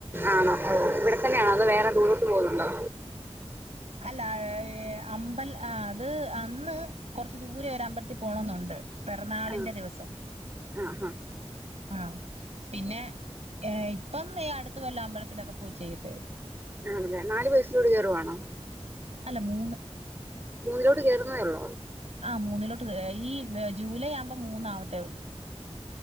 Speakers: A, on the right; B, on the right.
A: ആണോ ഓഹ് ഇവിടെ തന്നെയാണോ അത് വേറെ ദൂരത്ത് പോകുന്നുണ്ടോ?
B: താഴെ ഏ ഏ അമ്പൽ ആ അത് അന്ന് കൊറച്ച് ദൂരെ ഒരു അമ്പലത്തിൽ പോണൊന്നുണ്ട് പിറന്നാളിന്റെ
A: ആഹ്
B: ദിവസം
A: ആഹ് ആഹ്
B: ആഹ് പിന്നെ ഏ ഇപ്പം ഈ അടുത്ത കൊല്ലാമ്പലത്തിലൊക്കെ പോയി ചെയ്യത്തെ ഒള്ളു
A: ആണല്ലേ നാല് വയസ്സിലോട് ചറുവാണോ
B: അല്ല മൂന്ന്
A: മൂന്നിലോട്ട് കേറുന്നതെ ഒള്ളൂ
B: ആഹ് മൂന്നിലോട്ട് ക ഈ ല്ലേ ജൂലൈ ആവുമ്പോ മൂന്നാവത്തേ ഒള്ളൂ